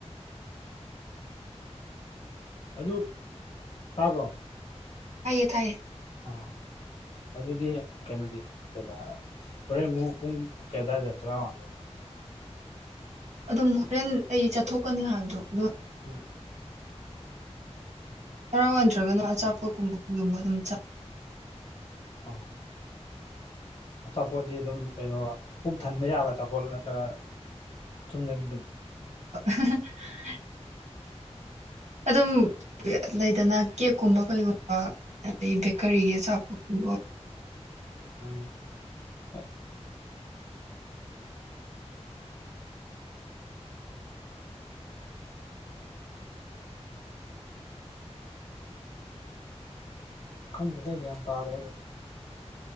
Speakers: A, on the left; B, on the right.
A: ꯑꯗꯨ ꯇꯥꯕ꯭ꯔꯣ
B: ꯇꯌꯦ ꯇꯥꯏꯌꯦ
A: ꯑꯣ ꯑꯗꯨꯗꯤ ꯀꯩꯅꯣꯗꯤ ꯀꯩ ꯍꯣꯔꯦꯟ ꯑꯃꯨꯛ ꯄꯨꯡ ꯀꯩ ꯑꯗꯥꯋꯥꯏꯗ ꯆꯔꯥꯃꯥꯟꯗ
B: ꯑꯗꯨꯝ ꯍꯣꯔꯦꯟ ꯑꯩ ꯆꯠꯊꯣꯛꯀꯅꯤ ꯍꯥꯏꯕꯗꯣ ꯑꯗꯣ
A: ꯎꯝ
B: ꯍꯔꯥꯎ ꯅꯗ꯭ꯔꯒꯅ ꯑꯆꯥꯄꯣꯠꯀꯨꯝꯕ ꯀꯩꯒꯨꯝꯕ ꯑꯗꯨꯝ ꯆꯥ
A: ꯑꯥ ꯑꯆꯥꯄꯣꯠꯇꯤ ꯑꯗꯨꯝ ꯀꯩꯅꯣ ꯄꯨꯛ ꯊꯟꯕ ꯌꯥꯕ ꯑꯆꯥꯄꯣꯠ ꯅꯠꯇ꯭ꯔꯒ ꯆꯨꯝꯗꯒꯤ ꯑꯗꯨꯝ
B: <unintelligible> ꯑꯗꯨꯝ ꯂꯩꯗꯅ ꯀꯦꯛꯀꯨꯝꯕ ꯀꯩꯒꯨꯝꯕ ꯑꯗꯗꯒꯤ ꯕꯀꯔꯤꯒꯤ ꯆꯕꯨꯝꯕ
A: ꯑ ꯈꯪꯁꯤꯗ ꯒꯌꯥꯟ ꯇꯥꯗ꯭ꯔꯒꯅꯣ